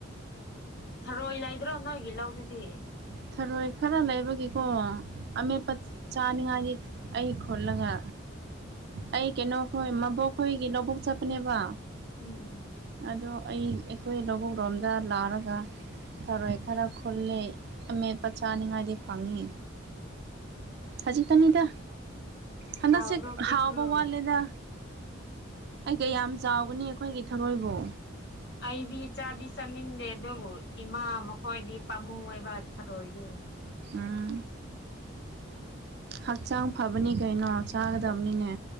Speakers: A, on the left; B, on the right.
A: ꯊꯔꯣꯏ ꯂꯩꯗ꯭ꯔꯣ ꯅꯣꯏꯒꯤ ꯂꯧꯗꯨꯗꯤ
B: ꯊꯔꯣꯏ ꯈꯔ ꯂꯩꯕꯒꯤꯀꯣ ꯑꯃꯦꯠꯄ ꯆꯥꯅꯤꯡꯉꯥꯏꯗꯤ ꯑꯩ ꯈꯣꯠꯂꯒ ꯑꯩ ꯀꯩꯅꯣꯈꯣꯏ ꯃꯕꯣꯛꯈꯣꯏꯒꯤ ꯂꯧꯕꯣꯛ ꯆꯠꯄꯅꯦꯕ
A: ꯎꯝ
B: ꯑꯗꯣ ꯑꯩ ꯑꯩꯈꯣꯏ ꯂꯧꯕꯨꯛ ꯂꯣꯝꯗ ꯂꯥꯛꯔꯒ ꯊꯔꯣꯏ ꯈꯔ ꯈꯨꯜꯂꯦ ꯑꯃꯦꯠꯄ ꯆꯥꯅꯤꯉꯥꯏꯗꯤ ꯐꯪꯉꯤ ꯈꯖꯤꯛꯇꯅꯤꯗ ꯍꯗ
A: ꯆꯥꯎꯕ꯭ꯔꯣ
B: ꯁꯤꯦ
A: ꯄꯤꯛꯄ꯭ꯔꯣ
B: ꯍꯥꯎꯕ ꯋꯥꯠꯂꯗ ꯑꯩ ꯀꯌꯥꯝ ꯆꯥꯎꯒꯅꯤ ꯑꯩꯈꯣꯏꯒꯤ ꯊꯧꯔꯣꯏꯕꯨ
A: ꯑꯩꯗꯤ ꯏꯆꯥꯗꯤ ꯆꯥꯅꯤꯡꯗꯦ ꯑꯗꯨꯕꯨ ꯏꯃꯥ ꯃꯈꯣꯏꯗꯤ ꯄꯥꯝꯃꯨ ꯑꯣꯏꯕ ꯊꯔꯣꯏꯗꯦ
B: ꯎꯝ ꯍꯛꯆꯥꯡ ꯐꯕꯅꯤ ꯀꯩꯅꯣ ꯆꯥꯒꯗꯕꯅꯤꯅꯦ